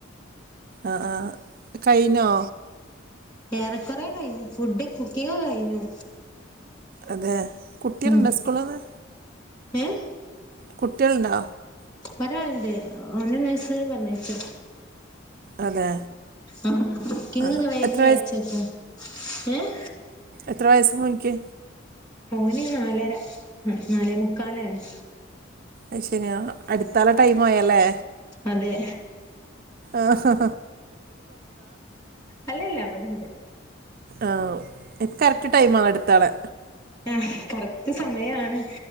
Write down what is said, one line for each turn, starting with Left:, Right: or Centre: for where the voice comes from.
Right: ആഹ് ആഹ് കഴിഞ്ഞോ?
Left: ഏറേകൊറേ കഴിഞ്ഞു ഫുഡ് കുക്കിങ്ങൊ കയ് ഞ്ഞു
Right: അതെ കുട്ടികളുണ്ടോ
Left: ഉം
Right: സ്കൂളിന്ന്
Left: ഏഹ്
Right: കുട്ടിയെൾണ്ടോ
Left: ഒരാൾണ്ട് ഓനെ നഴ്സറി പറഞ്ഞയച്ചു
Right: അതെ
Left: ആഹ് കുക്കിങ്ങ്
Right: ആഹ്
Left: ഒക്കെ വേഗം
Right: എത്ര
Left: കയ് ച്ചുവെക്കും ഏഹ്
Right: എത്രവയസ് മോന്ക്
Left: ഓന് നാലര നാലേ മുക്കാലായി
Right: അത്ശരിയാ അടുത്താളെ ടൈമാ യല്ലേ
Left: അതെ
Right: ആഹ്
Left: അല്ലല്ല അവ്ടെണ്ട്
Right: ആഹ് എൻക്ക് കറക്റ്റ് ടൈമാ അടുത്താളെ
Left: ആഹ് കറക്റ്റ് സമയാണ്